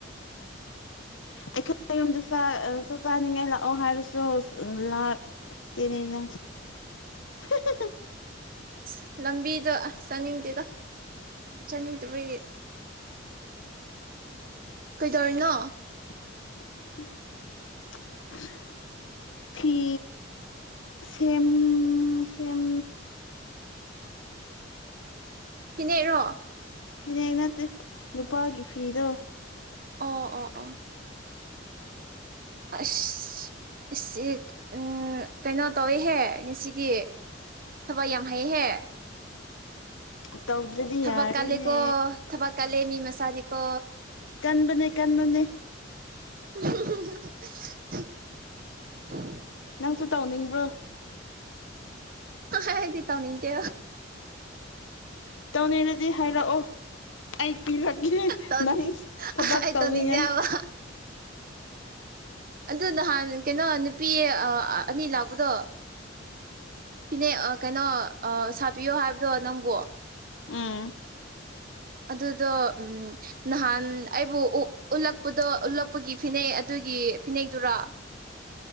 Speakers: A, on the left (about 80°); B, on the right (about 50°).
A: <inaudible> ꯌꯨꯝꯗ ꯆꯥ ꯑ ꯆꯥꯛ ꯆꯥꯅꯤꯡꯉꯥꯏ ꯂꯥꯛꯑꯣ ꯍꯥꯏꯔꯁꯨ ꯂꯥꯛꯇꯦꯅꯦ ꯅꯪ <inaudible>
B: ꯑ ꯂꯝꯕꯤꯗ ꯆꯠꯅꯤꯡꯗꯦꯗ ꯆꯠꯅꯤꯡꯗꯕꯒꯤ ꯀꯩꯗꯧꯔꯤꯅꯣ
A: <inaudible> ꯐꯤ ꯁꯦꯝ ꯁꯦꯝ
B: ꯐꯤꯅꯦꯛꯔꯣ
A: ꯐꯅꯦꯛ ꯅꯠꯇꯦ ꯅꯨꯄꯥꯒꯤ ꯐꯤꯗꯣ
B: ꯑꯣ ꯑꯣ ꯑꯣ ꯑꯁ ꯑꯆꯦ ꯎꯝ ꯀꯩꯅꯣ ꯇꯧꯋꯦꯍꯦ ꯉꯁꯤꯗꯤ ꯊꯕꯛ ꯌꯥꯝ ꯍꯩꯌꯦꯍꯦ
A: ꯇꯧꯗ꯭ꯔꯗꯤ
B: ꯊꯕꯛ
A: ꯌꯥꯔꯦꯅꯦ
B: ꯀꯜꯂꯦꯀꯣ ꯊꯕꯛ ꯀꯜꯂꯦ ꯃꯤ ꯃꯆꯥꯗꯤꯀꯣ
A: ꯀꯟꯕꯅꯦ ꯀꯟꯕꯅꯦ
B: <unintelligible>
A: ꯅꯪꯁꯨ ꯇꯧꯅꯤꯡꯕ꯭ꯔꯣ
B: ꯑꯩꯗꯤ ꯇꯧꯅꯤꯡꯗꯦ
A: ꯇꯧꯅꯤꯡꯔꯗꯤ ꯍꯥꯏꯔꯛꯑꯣ ꯑꯩ ꯄꯤꯔꯛꯀꯦ
B: ꯇꯧꯅꯤꯡ
A: ꯅꯪ ꯊꯕꯛ
B: ꯑꯩ
A: ꯇꯧꯅꯤꯉꯥꯏ
B: ꯇꯧꯅꯤꯡꯗꯦ ꯍꯥꯏꯕ ꯑꯗꯨ ꯅꯍꯥꯟ ꯀꯩꯅꯣ ꯅꯨꯄꯤ ꯑ ꯑꯅꯤ ꯂꯥꯛꯄꯗꯣ ꯐꯤꯅꯦꯛ ꯑꯥ ꯀꯩꯅꯣ ꯑꯥ ꯁꯥꯕꯤꯌꯣ ꯍꯥꯏꯕꯗꯣ ꯅꯪꯕꯣ
A: ꯎꯨꯝ
B: ꯑꯗꯨꯗꯣ ꯎꯝ ꯅꯍꯥꯟ ꯑꯩꯕꯨ ꯎ ꯎꯠꯂꯛꯄꯗꯣ ꯎꯠꯂꯛꯄꯒꯤ ꯐꯤꯅꯦꯛ ꯑꯗꯨꯒꯤ ꯐꯤꯅꯦꯛꯗꯨꯔꯥ